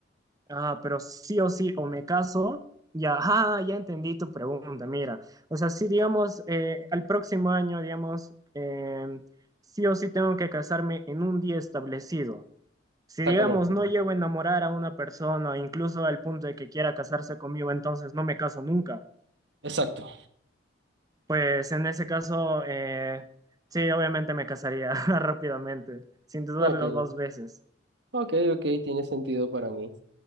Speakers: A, on the right; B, on the right.
A: Ah, pero sí o sí, o me caso, ya, ah, ya entendí tu pregunta, mira. O sea, sí, digamos, eh, al próximo año, digamos, eh, sí o sí tengo que casarme en un día establecido. Si
B: Exactamente.
A: digamos no llego a enamorar a una persona, incluso al punto de que quiera casarse conmigo, entonces no me caso nunca.
B: Exacto.
A: Pues en ese caso, eh, sí, obviamente me casaría <laughs> rápidamente, sin dudarlo
B: Ok,
A: dos veces.
B: ok, ok, tiene sentido para mí.